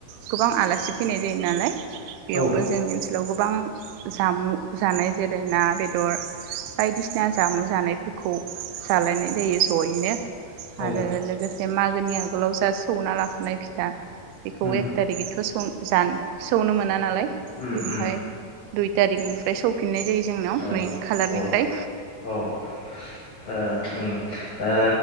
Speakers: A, on the right; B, on the left.
A: गोबां आलासि फैनाय जायो नालाय। बेयावबो
B: औ
A: जोंनि ओनसोलाव गोबां जामुं जानाय जेरायना बे- दर बायदिसिना जामु जानायफोरखौ जालायनाय जायो जयैनो।
B: औ उम औ
A: आरोे लोगोसे बे मागोनि आगोलाव जा सौना लाखानाय फिथा बेखौ
B: उम
A: एक थारिखैथ' स जा सौनो मोना नालाय
B: उम
A: ओमफ्राय
B: उम
A: दुइ तारिखनि फ्राय सौफिनाय जायो। जोंनाव
B: औ
A: नै खालारनिफ्राय
B: औ औ दा दा